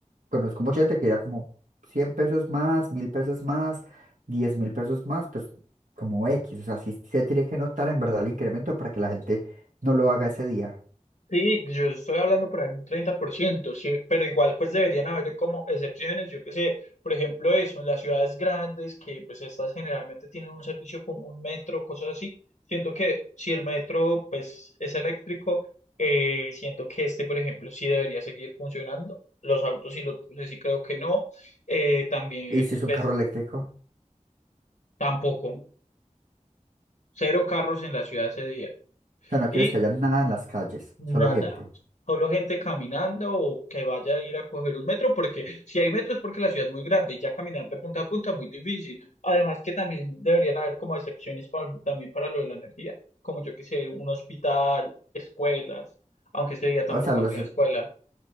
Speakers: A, on the right (about 85°); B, on the left (about 80°).
A: conozco mucha gente que dirá como 100 pesos más, 1000 pesos más, diez mil pesos más, pues como X, o sea, sí se tiene que notar en verdad el incremento para que la gente no lo haga ese día.
B: Sí, yo estoy hablando por ahí un 30%. sí, pero igual pues deberían haber como excepciones, yo qué sé, por ejemplo eso, en las ciudades grandes que pues estas generalmente tienen un servicio con un metro, cosas así, siento que si el metro pues es eléctrico, eh, siento que este por ejemplo sí debería seguir funcionando, los autos y los buses sí creo que no, eh, también
A: Y si es un
B: pues
A: carro eléctrico, o
B: tampoco, cero carros en la ciudad ese día.
A: sea, no quieres
B: Y
A: que haya nada en las calles,
B: Nada,
A: solo gente,
B: solo gente caminando o que vaya a ir a coger un metro, porque si hay metros porque la ciudad es muy grande y ya caminar de punta a punta es muy difícil. Además que también deberían haber como excepciones pa- también para lo de la energía, como yo que sé, un hospital, escuelas, aunque ese día tampoco
A: o sea, los,
B: habría escuela.